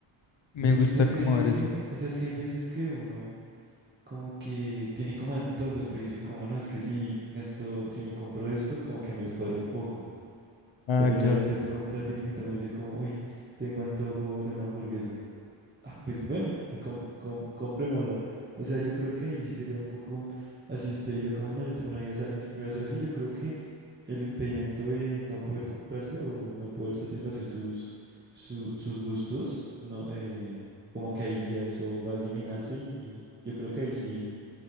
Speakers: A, on the left; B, on the right.
A: me
B: Pero
A: gusta
B: usted
A: como
B: cree
A: ver
B: que,
A: eso.
B: o sea, es que hay veces que uno como que tiene como antojos, pero dice como, no, es que si gasto, si me compro esto, como que me descuadro un poco.
A: Ah,
B: Pero ya
A: claro,
B: usted con plata ilimitada uno dice como, uy, tengo antojo de una hamburguesa. Ah, Pues bueno, com- com- comprémosla. O sea, yo creo que ahí sí sería un poco así usted diga como no, yo tengo una vida sana y siempre va a ser así. Yo creo que el impedimento de no poder comprarse o no poder satisfacer sus, su- sus gustos, no, eh, como que ahí ya eso va a eliminarse y yo creo que ahí sí,